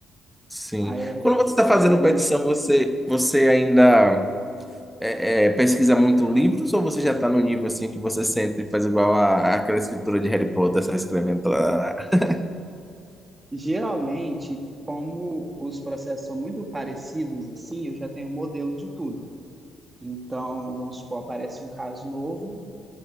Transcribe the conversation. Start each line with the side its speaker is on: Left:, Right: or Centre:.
Centre: Sim.
Right: Aí, é-
Centre: Quando você está
Right: é- geralmente.
Centre: fazendo petição, você, você ainda é, é, pesquisa muito livros ou você já está no nível assim que você sente e faz igual a, aquela escritura de Harry Potter, sai escrevendo? tá, tá, tá, tá?
Right: Geralmente, como os processos são muito parecidos, assim, eu já tenho um modelo de tudo. Então, vamos supor, aparece um caso novo,